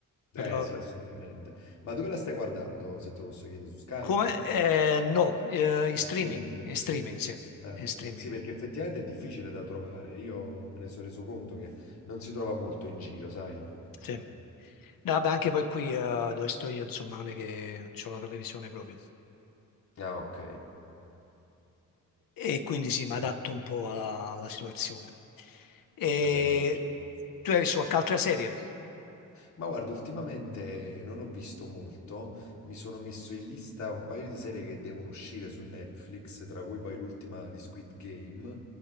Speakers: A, on the left; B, on the left.
A: Per
B: Eh
A: lo-
B: sì, assolutamente. Ma dove la stai guardando, se te lo posso chiedere, su Sky?
A: Come... eh, no, eh, in streaming,
B: In Streaming?
A: in streaming, sì,
B: Eh,
A: in streaming,
B: Sì, perché effettivamente è difficile da trovare. Io me ne sono reso conto che non si trova molto in giro, sai?
A: sì. No, Vabbè, anche poi qui eh, dove sto io, insomma, non è che ho la televisione proprio.
B: Ah, ok.
A: E quindi sì, mi
B: Sì.
A: adatto un po' alla, alla situazione. E
B: Vabbè, immagino.
A: tu hai visto qualche altra serie?
B: Ma guarda, ultimamente non ho visto molto, mi sono messo in lista un paio di serie che devono uscire su Netflix, tra cui poi l'ultima di Squid Game,